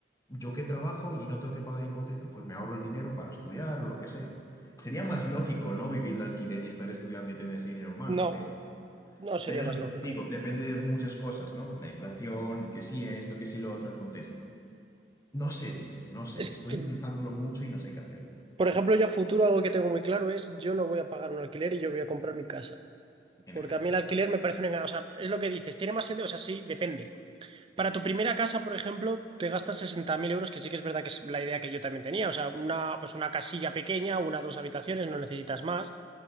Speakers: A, on the left; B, on the right.
A: Yo que trabajo y no tengo que pagar hipoteca, pues me ahorro el dinero para estudiar o lo que sea. Sería más lógico, ¿no? Vivir de alquiler y estar estudiando y tener ese dinero en mano,
B: No,
A: pero,
B: no sería
A: pero
B: más
A: es lo
B: lógico.
A: que digo, depende de muchas cosas, ¿no? La inflación, que sí esto, que sí lo otro. Entonces, no sé, tío, no sé,
B: Es
A: estoy
B: que,
A: pensándolo mucho y no sé qué hacer.
B: por ejemplo, yo a futuro algo que tengo muy claro es yo no voy a pagar un alquiler y yo voy a comprar mi casa.
A: En
B: Porque
A: efecto.
B: a mí el alquiler me parece un engaño. O sea, es lo que dices, tiene más sentido. O sea, sí, depende. Para tu primera casa, por ejemplo, te gastas 60.000 euros, que sí que es verdad que es la idea que yo también tenía. O sea, una, pues una casilla pequeña, una, dos habitaciones, no necesitas más.